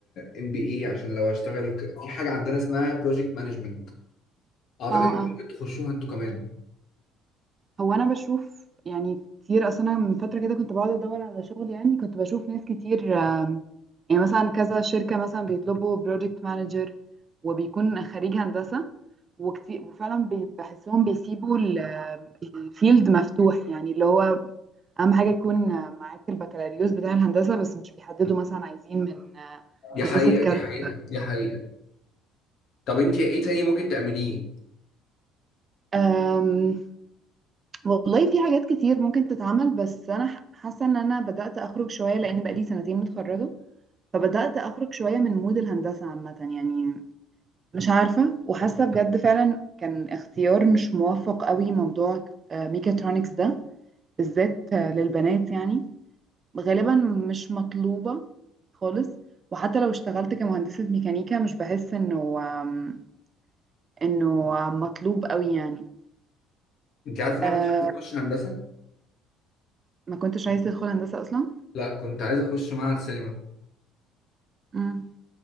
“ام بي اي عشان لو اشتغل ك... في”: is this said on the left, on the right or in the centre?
Left